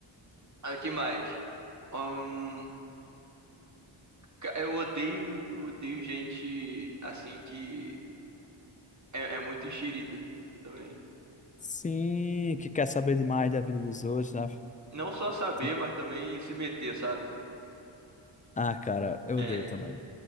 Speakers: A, on the right (about 35°); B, on the left (about 20°).
A: Aqui mais. Um, Ca- Eu odeio, eu odeio gente assim que é, é muito enxerida também.
B: Sim, que quer saber demais da vida dos outros, né?
A: Não só saber,
B: Tipo,
A: mas também se meter, sabe?
B: Ah, cara, eu
A: É,
B: odeio também.